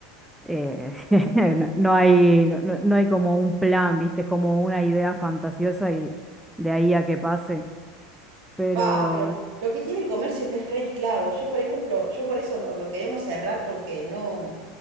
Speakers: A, in the centre; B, on the right (about 60°).
A: eh, <laughs> no, no hay, no, no- no hay como un plan, ¿viste? Es como una idea fantasiosa y de ahí a que pase. Pero
B: Fa, pero lo que tiene el comercio que es re esclavo, yo por ejemplo, yo por eso lo, lo queremos cerrar porque no,